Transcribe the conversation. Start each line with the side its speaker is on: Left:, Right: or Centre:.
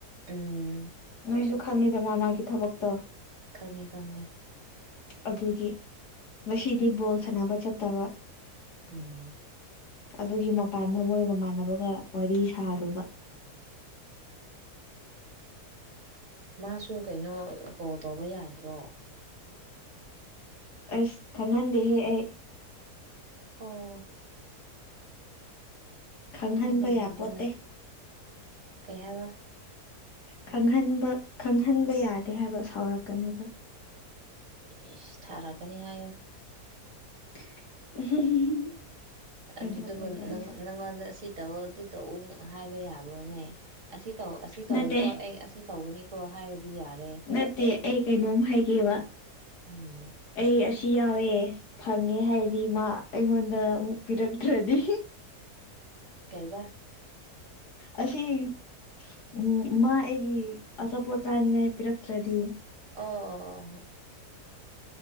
Right: ꯎꯝ
Left: ꯅꯣꯏꯁꯨ ꯈꯪꯉꯤꯗꯅ ꯃꯥꯒꯤ ꯊꯕꯛꯇꯣ
Right: ꯈꯪꯉꯦ ꯈꯪꯉꯦ
Left: ꯑꯗꯨꯒꯤ ꯉꯁꯤꯗꯤ ꯕꯣꯜ ꯁꯥꯟꯅꯕ ꯆꯠꯇꯕ
Right: ꯎꯝ
Left: ꯑꯗꯨꯒꯤ ꯃꯄꯥꯟꯗ ꯃꯣꯏ ꯃꯃꯥꯟꯅꯕꯒ ꯋꯥꯔꯤ ꯁꯥꯔꯨꯕ
Right: ꯃꯥꯁꯨ ꯀꯩꯅꯣ ꯀꯣꯜ ꯇꯧꯕ ꯌꯥꯗ꯭ꯔꯣ
Left: ꯑꯁ ꯈꯪꯍꯟꯗꯦꯍꯦ ꯑꯩ
Right: ꯑꯣ
Left: ꯈꯪꯍꯟꯕ
Right: ꯈꯪꯍꯟꯗꯕꯤꯗ
Left: ꯌꯥꯄꯣꯠꯇꯦ
Right: ꯀꯩ ꯍꯥꯏꯕ
Left: ꯈꯪꯍꯟꯕ ꯈꯪꯍꯟꯕ ꯌꯥꯗꯦ ꯍꯥꯏꯕ ꯁꯥꯎꯔꯛꯀꯅꯦꯕ
Right: ꯑꯦ ꯊꯥꯔꯛꯒꯅꯤ ꯍꯥꯏꯌꯨ
Left: <inaudible>
Right: ꯑꯗꯨꯗꯨꯕꯨ
Left: ꯑꯗꯨ ꯑꯣꯏꯕ ꯑꯩꯁꯨ
Right: ꯅꯪꯉꯣꯟꯗ ꯁꯤ ꯇꯧ ꯑꯗꯨ ꯇꯧꯎ ꯍꯥꯏꯕ ꯌꯥꯕ꯭ꯔꯣꯅꯦ ꯑꯁꯤ ꯇꯧ ꯑꯁꯤ ꯇꯧꯔꯤꯀꯣ
Left: ꯅꯠꯇꯦ
Right: ꯑꯩ ꯑꯁꯤ ꯇꯧꯕꯅꯤꯀꯣ ꯍꯥꯏꯔꯗꯤ ꯌꯥꯔꯦ
Left: ꯅꯠꯇꯦ ꯑꯩ ꯀꯩꯅꯣꯝ ꯍꯥꯏꯒꯦꯕ
Right: ꯎꯝ
Left: ꯑꯩ ꯑꯁꯤ ꯌꯥꯎꯋꯦ ꯐꯪꯉꯦ ꯍꯥꯏꯔꯗꯤ ꯃꯥ ꯑꯩꯉꯣꯟꯗ ꯑꯃꯨꯛ ꯄꯤꯔꯛꯇ꯭ꯔꯗꯤ
Right: ꯀꯥꯏꯕ
Left: ꯑꯁꯤꯁꯤ ꯎꯝ ꯃꯥ ꯑꯩꯒꯤ ꯑꯆꯥꯄꯣꯠ ꯆꯥꯅꯤꯡꯉꯥꯏ ꯄꯤꯔꯛꯇ꯭ꯔꯗꯤ
Right: ꯑꯣ